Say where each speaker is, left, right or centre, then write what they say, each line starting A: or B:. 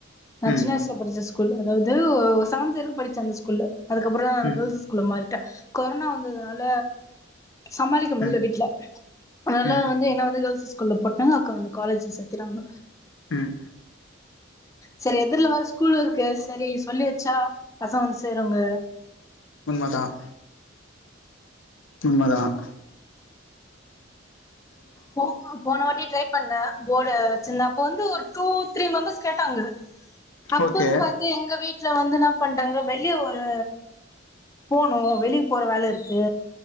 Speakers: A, on the left; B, on the left.
A: நான்
B: ம்
A: சின்ன வயசுல படிச்ச ஸ்கூல் குள்ள அதாவது ஒரு செவன்த் வரைக்கும் படிச்ச அந்த ஸ்கூல்ல அதுக்கப்புறம்
B: ம்
A: கேர்ள்ஸ் ஸ்கூல்ல மாறிட்டா கொரோனா வந்ததுனால சமாளிக்க முடியல
B: ம்
A: வீட்டுல அதனால
B: ம்
A: வந்து என்ன வந்து கேர்ள்ஸ் ஸ்கூல் ஸ்கூல்ல போட்டாங்க அக்கா வந்து காலேஜ் சேர்த்துட்டாங்க
B: ஹம்
A: சரி எதிர்ல வேற ஸ்கூல் இருக்கு சரி சொல்லி வச்சா பசங்க வந்து சேருங்க
B: உண்ம தான் உண்மதான்
A: போ போன வாட்டியே ட்ரை பண்ண போர்டா வச்சிருந்தாப்ப ஒரு டூ த்ரீ மெம்பர்ஸ் கேட்டாங்க அப்பன்னு
B: ஓகே
A: பாத்து எங்க வீட்டு வீட்டுல வந்து என்ன பணடாங்க வெளிய ஒரு போனும் வெளிய போற வேல இருக்கு